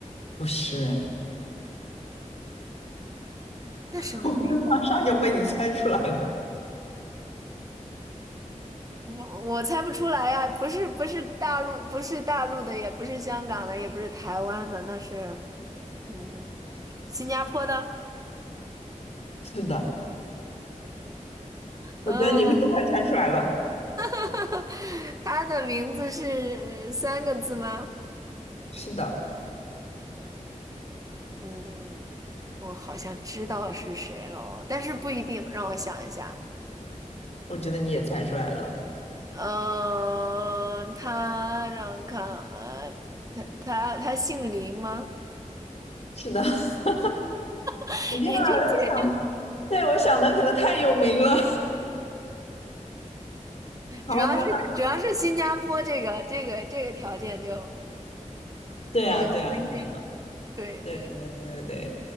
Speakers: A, on the left; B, on the right.
A: 不是，
B: 那是哪里？
A: <laughs> 我这马上就被你猜出来了，
B: 我我猜不出来呀，不是不是大陆，不是大陆的，也不是香港的，也不是台湾的，那是嗯新加坡的。
A: <laughs> 是的，
B: 嗯，
A: 我觉得你都快猜出来了，
B: <laughs> 他的名字是呃三个字吗？
A: 是的，
B: 嗯。我好像知道是谁了，但是不一定。让我想一下，
A: 我觉得你也猜出来了。
B: 嗯，他让我看，呃，他他他姓林吗？
A: 是的。<laughs>
B: <laughs>
A: 你看，
B: 林俊杰，
A: 我就想，对，我想的可能太有名了。<laughs>
B: <laughs>
A: 好，
B: 主要是主要是新加坡这个这个这个条件就
A: 那那，对啊，
B: 比较关键。
A: 对啊，对啊，
B: 对对，
A: 对对对对，